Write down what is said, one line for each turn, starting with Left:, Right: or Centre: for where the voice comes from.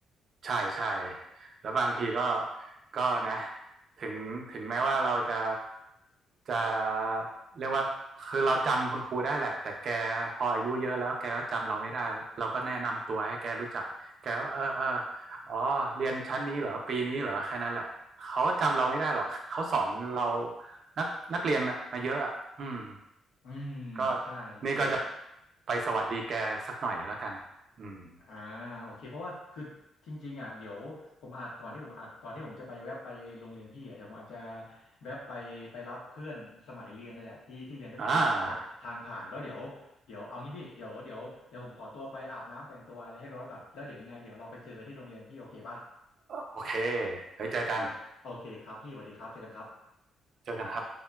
Right: ใช่ใช่แล้วบางทีก็ก็นะถึงถึงแม้ว่าเราจะจะเรียกว่าคือเราจำคุณครูได้แหละแต่แกพออายุเยอะแล้วแกก็จำเราไม่ได้เราก็แนะนำตัวให้แกรู้จักแกก็เออเอออ๋อเรียนชั้นนี้เหรอปีนี้เหรอแค่นั้นแหละเขาจำเราไม่ได้หรอกเขาสอนเรานักนักเรียนน่ะมาเยอะอ่ะอืม
Left: อืม
Right: ก็
Left: ใช่พี่
Right: นี่ก็จะไปสวัสดีแกสักหน่อยแล้วกันอืม
Left: อ่าโอเคเพราะว่าคือจริงๆอ่ะเดี๋ยวผมอาจก่อนที่ผมอาจก่อนที่ผมจะไปแวะไปโรงเรียนพี่อ่ะเดี๋ยวผมอาจจะแวะไปไปรับเพื่อนสมัยเรียนนั่นแหละที่ที่เรียนด้วยกันอ่ะตรงทางผ่านแล้วเดี๋ยวเดี๋ยวเอางี้พี่เดี๋ยวเดี๋ยวเดี๋ยวผมขอตัวไปอาบน้ำแต่งตัวอะไรให้ร้อยก่อนแล้วเดี๋ยวยังไงเดี๋ยวเราไปเจอกันที่โรงเรียนพี่โอเคป่ะ
Right: อ่าโอเคไป้ยเจอกัน
Left: เอาโอเคครับพี่สวัสดีครับเจอกันครับ
Right: เจอกันครับ